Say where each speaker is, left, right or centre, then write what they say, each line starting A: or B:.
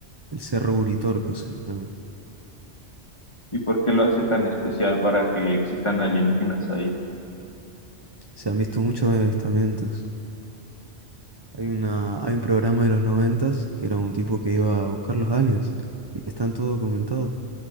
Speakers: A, on the right (about 25°); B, on the left (about 25°).
A: El Cerro Uritorco se llama.
B: ¿Y por qué lo hace tan especial para que existan alienígenas ahí?
A: Se han visto muchos avistamientos. Hay una, hay un programa de los noventas que era un tipo que iba a buscar los aliens. Y están todo documentado.